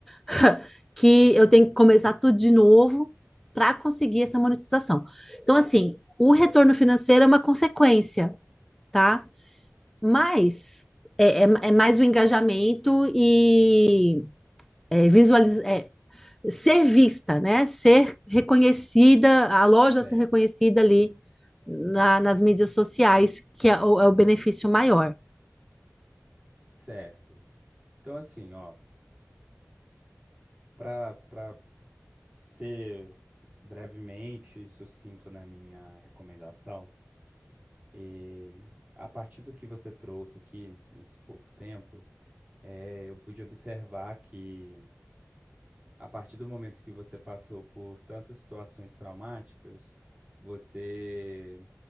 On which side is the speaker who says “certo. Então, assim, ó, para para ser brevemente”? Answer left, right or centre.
Right